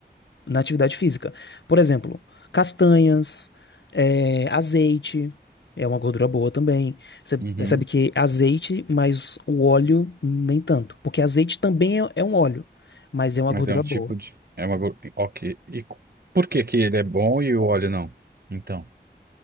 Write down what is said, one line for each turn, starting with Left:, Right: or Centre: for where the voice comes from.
Left: na atividade física. Por exemplo, castanhas, eh, azeite, é uma gordura boa também. Você percebe
Right: Uhum.
Left: que azeite, mas o óleo nem tanto, porque azeite também é, é um óleo, mas é uma
Right: Mas
Left: gordura
Right: é um tipo
Left: boa.
Right: de, é uma, gor- ok, e co- por que que ele é bom e o óleo não? Então,